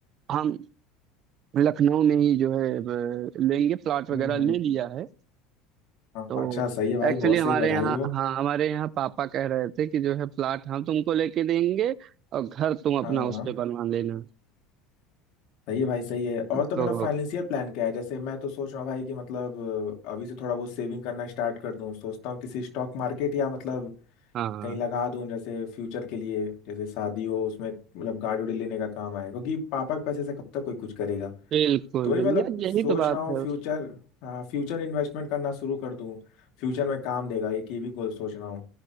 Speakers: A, on the right; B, on the left.
A: हम लखनऊ में ही जो है ब- लेंगे प्लॉट वगैरह
B: हम्म हम्म
A: ले
B: हम्म,
A: लिया है
B: हाँ
A: तो
B: हाँ, अच्छा सही है भाई
A: एक्चुअली
B: बहुत
A: हमारे
B: सही बधाई
A: यहाँ
B: हो
A: हाँ हमारे यहाँ पापा कह रहे थे कि जो है प्लॉट हम तुमको लेके देंगे और घर तुम अपना
B: हाँ हाँ
A: उस
B: हाँ।
A: पे बनवा लेना
B: सही है भाई सही है और तो
A: तो
B: मतलब फाइनेंशियल प्लान क्या है जैसे मैं तो सोच रहा हूँ भाई कि मतलब अ, अभी से थोड़ा बहुत सेविंग करना स्टार्ट कर दूं सोचता हूँ किसी स्टॉक मार्केट या मतलब
A: हाँ
B: कहीं लगा दूं जैसे फ्यूचर के लिए जैसे शादी हो उसमें मतलब गाड़ी उड़ी लेने का काम आए क्योंकि पापा के पैसे से कब तक कोई कुछ करेगा
A: बिल्कुल
B: तो वही
A: बिल्कुल
B: मतलब
A: यार यही
B: सोच
A: तो बात
B: रहा हूँ
A: है
B: फ्यूचर हाँ फ्यूचर इन्वेस्टमेंट करना शुरू कर दूं फ्यूचर में काम देगा एक ये की भी गोल सोच रहा हूँ